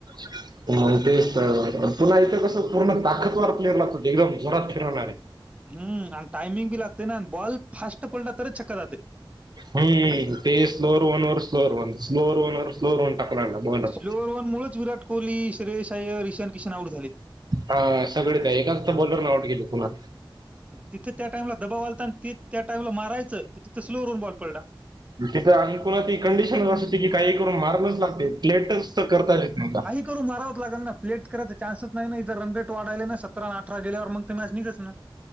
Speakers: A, on the right; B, on the right.
A: <inaudible> तेच तर पुन्हा इथ कस पूर्ण ताकतवार प्लेअर लागतात एकदम जोरात फिरवणारे.
B: हम् आणि टायमिंग बी लागते ना आणि बॉल फास्ट पडला तरच छक्का जाते.
A: हम्म ते स्लोवर वनवर स्लोअर व स्लोवर वनवर स्लोर न टाकू राहिला बॉलर.
B: स्लोवर वनमुळेच विराट कोहली, श्रेयस, अयर रिशांत, किशन आऊट झाले.
A: हा सगळेच त्या एकाच तर बॉलरने आउट केली पुन्हा.
B: तिथे त्या टाइमला दबाव आलता आणि त त्या टाइमला मारायच तर तिथ स्लोव र न बॉल पडला.
A: तिथ अकुणा त कंडिशन अस त की काही करून मारणच लागते प्लेटच तर करता येत नव्हता.
B: करू माराव लागल ना प्लेट करायचा चान्स च नाही ना इथ रन रेट वाढाला ना सतरा अठरा गेल्यावर मग ते मॅच निघच ना.